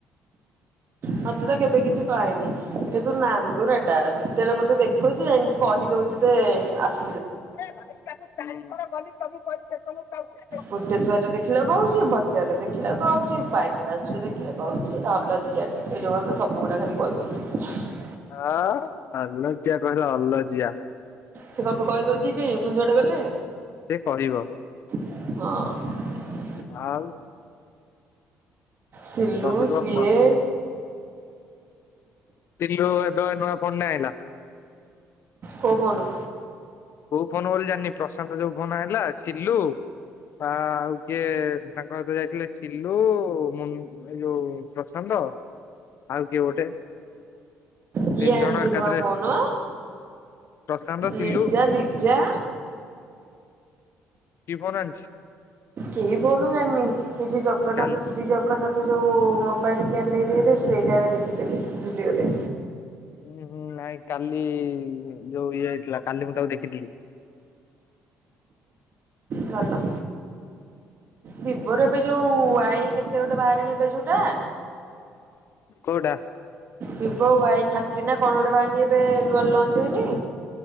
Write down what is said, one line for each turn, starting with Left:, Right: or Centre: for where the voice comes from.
Right: ମତେ ତ କେବେ କିଛି କହିନି କିନ୍ତୁ ନାନ୍ଦୁରାଟା ଯେତଳେ ମତେ ତ ଦେଖୁଛି ଯାଇକି କହିଦଉଛି ଯେ ଆସ
Left: ହୁଁ।
Right: ବୁଧେଶ୍ୱର ଦେଖିଲେ କହୁଚି ବଜାରରେ ଦେଖିଲେ କହୁଚି ବାଇପାସ୍ ରେ ଦେଖି ହେଲେ କହୁଛି ଏଟା ଅଲଜ୍ୟା ଟା ଏଇଠୁ ଗଲେ ତ ସବୁଗୁଡ଼ା ଖାଲି କହି ଦଉଛି।
Left: ଆଁ ଅଲଜିିଆ କହିଲା ଅଲଜିିଆ।
Right: ସେ କଣ ପାଇଁ କହି ଦଉଛି କି ମୁଁ ଯୁଆଡେ ଗଲେ।
Left: ସେ କହିବ।
Right: ହଁ।
Left: ଆଉ।
Right: ସିଲୁ
Left: କହିବ
Right: ସିଏ।
Left: କଣ ସିଲୁ ଏବେ ନୂଆ ଫୋନଟେ ଆଇଁଲା।
Right: କୋଉ ଫୋନ?
Left: କୋଉ ଫୋନ ବୋଲି ଜାଣିନି ପ୍ରଶାନ୍ତ ଯୋଉ ଫୋନ ଆଣିଲା ସିଲୁ। ତା ଆଉ କିଏ ତାଙ୍କ ସହିତ ଯାଇଥିଲେ ସିଲୁ ମୁ ଏ ଯୋଉ ପ୍ରଶାନ୍ତ। ନ୍ତ ଆଉ କିଏ ଗୋଟେ।
Right: କିଏ
Left: ତିନି
Right: ଆଣିଛି
Left: ଜଣ ଏକାଥରେ
Right: ନୂଆ ଫୋନ
Left: ପ୍ରଶାନ୍ତ ସିଲୁ
Right: ଲିଜା ଲି ଜା
Left: କି ଫୋନ ଆଣିଛି
Right: କି ଫୋନ ଜାଣିନି କି ଯେ ଜଗନ୍ନାଥ
Left: କାଲି
Right: ଶ୍ରୀ ଜଗନ୍ନାଥ। ଯୋଉ ମୋବାଇଲ ଗ୍ୟାଲେରୀରେ ସେଇଟାରେ ଦେଖିଦି ଭିଡିଓରେ।
Left: ହୁଁ ହୁଁ ନାଇଁ କାଲି ଯୋଉ ଇଏ ହେଇଥିଲା କାଲି ମୁଁ ତାକୁ ଦେଖିଥିଲି।
Right: ଭଲ। ଭିବର ଏବେ ଯୋଉ ଆଈ କେତେ ଗୋଟେ ବାହାରିନି ଏ ପାଳି ଯୋଉଟା।
Left: କୋଉଟା?
Right: ଭିବୋ ୱାଇଥାଟି ନା କଣ ଗୋଟେ ବାହାରିନି ଏବେ ନୂଆ ଲଞ୍ଚ ହେଇନି।